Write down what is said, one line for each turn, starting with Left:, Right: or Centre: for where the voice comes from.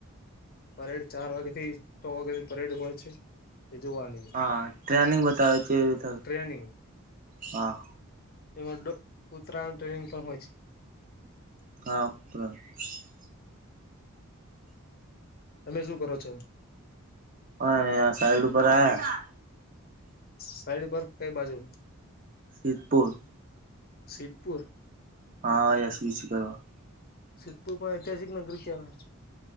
Left: પરેડ ચાર વાગ્યા થી છ વાગ્યાથી પરેડ હોય છે. એ જોવાની
Right: હા ટ્રેનિંગ બતાવે છે ત
Left: ટ્રેનિંગ
Right: હા.
Left: એમા તો ઉત્તરાયણ ટ્રેનિંગ પણ હોય છે.
Right: <unintelligible>
Left: તમે શું કરો છો.
Right: અય આ સાઈડ ઉપર આયા
Left: સાઈડ ઉપર કઈ બાજુ
Right: સિદ્ધપુર.
Left: સિધ્ધપુર.
Right: હા <unintelligible>
Left: સિદ્ધપુર પણ ઐતિહાસિક નગરી કેવાય.